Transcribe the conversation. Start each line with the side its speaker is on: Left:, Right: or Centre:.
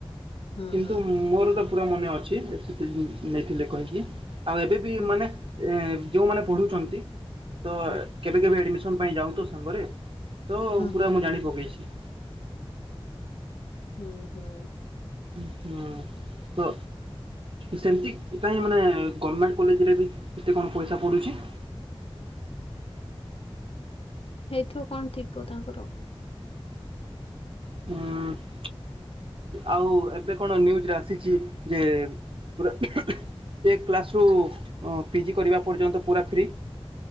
Left: ହୁଁ
Right: କିନ୍ତୁ ମୋର ତ ପୁରା ମନେ ଅଛି ଏତିକି ନେଇଥିଲେ କହିକି ଆଉ ଏବେ ବି
Left: ହୁଁ
Right: ମାନେ ଏ ଯେଉଁମାନେ ପଢ଼ୁଛନ୍ତି ତ
Left: ହୁଁ
Right: କେବେ କେବେ ଆଡ଼ମିସନ ପାଇଁ ଯାଉ ତ ସାଙ୍ଗରେ। ତ
Left: ହୁଁ
Right: ପୁରା
Left: ହୁଁ
Right: ମୁଁ ଜାଣି ପକେଇଛି।
Left: ହୁଁ ହୁଁ।
Right: ହୁଁ ହଁ। ତ ସେମିତି କାଇଁ ମାନେ ଗମେଣ୍ଟ କଲେଜରେ ବି କେତେ କଣ ପଇସା ପଡ଼ୁଛି?
Left: ହେଇଥିବ କଣ ଥିବ ତାଙ୍କର।
Right: ହଁ। ଆଉ ଏବେ କଣ ନ୍ୟୁଜ୍ ରେ ଆସିଛି ଯେ ପୁରା ଏ କ୍ଲାସ୍ ରୁ ପିଜି କରିବା ପର୍ଯ୍ୟନ୍ତ ପୁରା ଫ୍ରି।